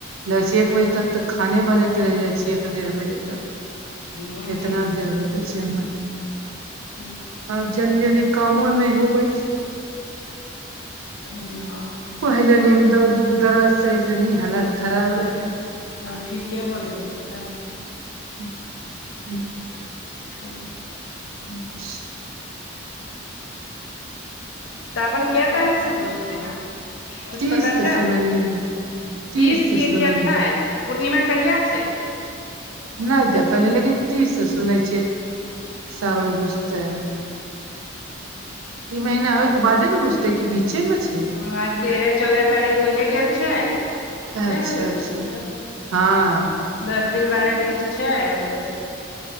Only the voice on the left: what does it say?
हूँ
यही
हूँ
हुँ <inaudible>
हँ ठीके बोलै छी तब
अच्छा
साावन कै तारीख से खुजतेै कुछ
पता
छै
तीस
के
की अठ्ठाइस पूर्णिमा कहिया छै
<inaudible>
आइ
हूँ आइ तेरह चौदह तारीख होइे गेल छै नहि
हो गेल
छै तब
दस दिन बारह दिन छै अभ